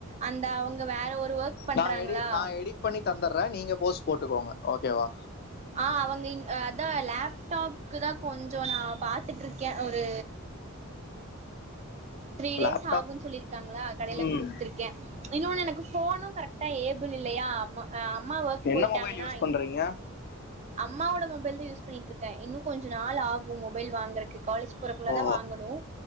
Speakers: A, on the right (about 30°); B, on the left (about 45°).
A: அந்த அவங்க வேற ஒரு ஒர்க் பண்றாங்களா
B: நான் எடி நான் எடிட் பண்ணி தந்துடுறேன் நீங்க போஸ்ட் போட்டுக்கோங்க ஓகேவா
A: ஆஹ் அவங்க அதான் லேப்டாப்க்கு தான் கொஞ்சே சோ நான் பார்த்துட்டுருக்கேன் ஒரு த்ரீ டேஸ்
B: லேப்டாப்
A: ஆகுன்னு சொல்லியிருக்காங்களா கடைல
B: ம்
A: குடுத்துருக்கேன் இன்னொன்னு எனக்கு போனும் கரெக்ட் டா ஏபிள் இல்லையா ஆமா அம்மா ஒர்க்
B: என்ன
A: போயிட்டாங்கன்னா
B: மொபைல் யூஸ் பண்றீங்க
A: அம்மாவோட மொபைல் யூஸ் பண்ணிட்டுற்றுக் இன்னும் கொஞ்சம் நாள் ஆகும் மொபைல் வாங்குறக்கு காலேஜ் போறக்குள்ள
B: ஓ
A: தான் வாங்கணும்